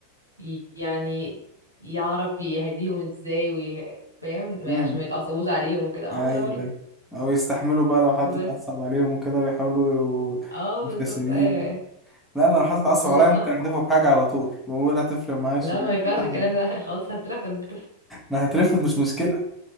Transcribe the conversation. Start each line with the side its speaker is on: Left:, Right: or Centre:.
Left: ي- يعني يعرف يهديهم ازاي وي... فاهم عشان
Centre: امم
Left: ما يتعصبوش عليهم وكده عملاء
Centre: ايوه
Left: برضه
Centre: ايوه او يستحملوا بقى لو حد
Left: بس
Centre: اتعصب عليهم وكده ويحاولوا
Left: اه
Centre: مبتسمين
Left: بالظبط ايوه ايوه
Centre: لا انا لو حد اتعصب
Left: لا
Centre: عليا ممكن
Left: آه.
Centre: احدفه بحاجة على طول ولا تفرق معايا
Left: لا
Centre: الشغل
Left: ما
Centre: <laughs>
Left: ينفعش
Centre: ولا
Left: الكلام
Centre: حاجة
Left: ده <laughs> خلاص هترفض
Centre: انا هترفض مش مشكلة